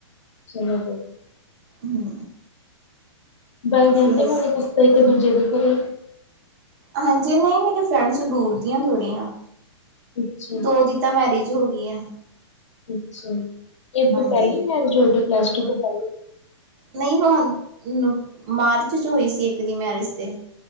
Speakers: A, on the left; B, on the right.
A: ਚਲੋ ਵ
B: ਹੂੰ
A: ਵਗ
B: ਤੁਸੀਂ
A: ਜਾਂਦੇ
B: ਦੱਸੋ?
A: ਹੋਣੇ ਤੁਸੀਂ ਤਾਂ ਇੱਕ-ਦੂਜੇ ਦੇ ਘਰੇ
B: ਹਾਂਜੀ ਨਈ ਮੇਰੀ ਫਰੈਂਡਸ ਦੂਰ ਦੀਆਂ ਥੋੜੀਆਂ
A: ਅੱਛਾ
B: ਦੋ
A: ਜੀ
B: ਦੀ ਤਾਂ ਮੈਰਿਜ ਹੋ ਗਈ ਆ
A: ਅੱਛਾ ਏਦੂ
B: ਹਾਂਜੀ
A: ਪਹਿਲਾ ਮੈਰਿਜ ਹੋ ਗਈ ਕਲਾਸ ਟੂ ਤੋਂ ਪਹਿਲਾਂ।
B: ਨਹੀਂ ਮਾਰਚ ਚ ਹੋਈ ਸੀ ਇੱਕ ਦੀ ਮੈਰਿਜ ਤੇ